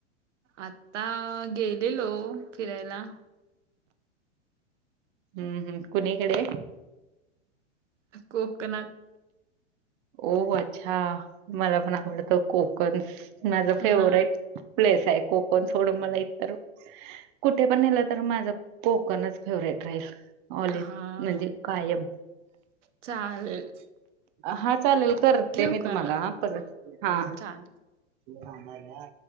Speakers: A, on the right; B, on the right.
A: आता... गेलेलो फिरायला.
B: हूं... हूं... कुणीकडे?
A: कोकणात.
B: हो... हो... अच्छा. मला पण आवडतं. कोकण माझं
A: हा
B: फेवराईट. प्लेस आहे. कोकण सोडून मला इतर कुठे पण नेलं. तर माझं कोकणच फेवरेट राहील. ऑले..
A: हा.
B: म्हणजे कायम.
A: चालेल
B: हा... चालेल करते.
A: ठेवू
B: मी
A: का
B: तुम्हांला. हा.. परत हा...
A: चालेल.
B: हा